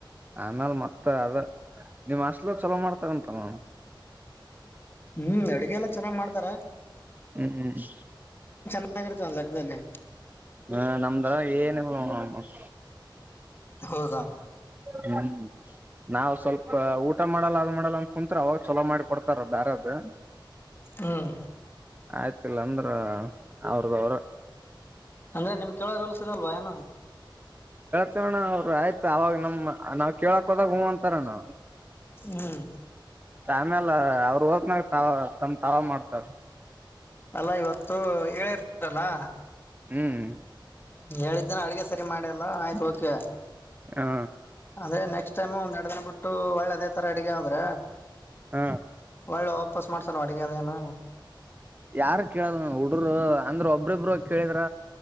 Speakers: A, on the right; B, on the left.
A: ಆಮೇಲ್ ಮತ್ತ ಅದ ನಿಮ್ಮ್ ಹಾಷ್ಟಲ್ಗ ಚಲೋ ಮಾಡ್ತಾರಂತಲ್
B: ಹ್ಮ್ ಅಡಗೆ ಎಲ್ಲಾ ಚೆನ್ನಾಗ್ ಮಾಡ್ತಾರ.
A: ಹ್ಮ್ ಹ್ಮ್
B: ಇರ್ತದ ಒಂದ್ ಲೆಕ್ಕದಲ್ಲಿ.
A: ಹಾ ನಮ್ದ ಏನಿಲ್ಲ ನೋಡ್
B: ಹೌದಾ.
A: ಹ್ಮ್ ನಾವ್ ಸ್ವಲ್ಪ ಊಟ ಮಾಡಲ್ಲ ಅದನ್ ಮಾಡಲ್ಲ ಅಂತ ಕುಂತ್ರ ಅವಾಗ ಚಲೋ ಮಾಡಿ ಕೊಡ್ತಾರ ಬ್ಯಾರದ್.
B: ಹ್ಮ್
A: ಆಯ್ತಿಲ್ಲ ಅಂದ್ರ ಅವ್ರದವ್ರ.
B: ಅಂದ್ರೆ ನಿಮ್ ಕೇಳೋ ರೂಲ್ಸ್ ಇರಲ್ವಾ ಏನೂ.
A: ಅಣ್ಣಾ ಅವರು ಆಯ್ತು ಆವಾಗ ನಮ್ ನಾವ್ ಕೇಳಕ್ ಹೋದಾಗ ಹೂ ಅಂತಾರ ಅಣ್ಣಾ ಅವರ್.
B: ಹ್ಮ್
A: ಆಮೇಲ ಅವ್ರ ಹೋದಮ್ಯಾಲ್ ತಮ್ಮ ತಾವ ಮಾಡ್ತಾರ.
B: ಅಲ್ಲಾ ಇವತ್ತು ಹೇಳಿರ್ತೀರಲ್ಲಾ
A: ಹ್ಮ್
B: ಹೇಳಿದ್ದಿನ ಅಡ್ಗೆ ಸರಿ ಮಾಡಲ್ಲ ಆಯ್ತ ಓಕೆ.
A: ಹಾ
B: ಅದೇ ನೆಕ್ಸ್ಟ್ ಟೈಮ್ ಒಂದೆರಡ ದೀನ ಬಿಟ್ಟು ಹೊಳ್ಳೆ ಅದೇ ತರ ಅಡಗೆ ಆದ್ರ
A: ಹ
B: ಒಳ್ಳೆ ವಾಪಸ್ ಮಾಡ್ಸಲ್ ಅಡಗೆ ಅದೇನ.
A: ಯಾರ ಕೇಳಲ್ಲ ಹುಡರು ಅಂದ್ರ ಒಬ್ಬ್ರಿಬ್ರು ಕೇಳಿದ್ರ